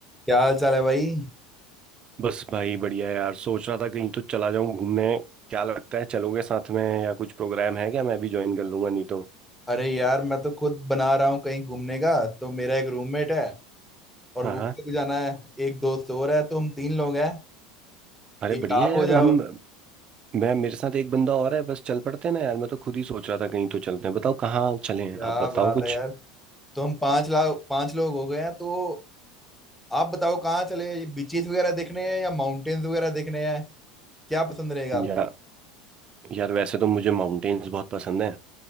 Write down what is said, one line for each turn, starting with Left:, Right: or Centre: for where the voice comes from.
Centre: क्या हाल चाल है भाई
Right: बस भाई बढ़िया यार सोच रहा था कहीं तो चला जाऊं घूमने क्या लगता है चलोगे साथ में या कुछ प्रोग्राम है क्या मैं भी ज्वाइन कर लूंगा नहीं तो
Centre: अरे यार मैं तो खुद बना रहा हूँ कहीं घूमने का तो मेरा एक रूममेट है और
Right: हाँ
Centre: वो
Right: हाँ
Centre: उसको भी जाना है एक दोस्त और है तो हम तीन लोग हैं
Right: अरे
Centre: एक
Right: बढ़िया
Centre: आप
Right: यार
Centre: हो जाओ
Right: हम मैं मेरे साथ एक बंदा और है बस चल पड़ते हैं ना यार मैं तो खुद ही सोच रहा था कहीं तो चलते हैं बताओ कहाँ चलें
Centre: क्या
Right: आप बताओ
Centre: बात
Right: कुछ
Centre: है यार तो हम पांच लाख पांच लोग हो गए हैं तो आप बताओ कहाँ चले ये बीचेस वगैरह देखने हैं या माउंटेन्स वगैरह देखने हैं क्या पसंद रहेगा आप
Right: या यार वैसे तो मुझे माउंटेन्स बहुत पसंद है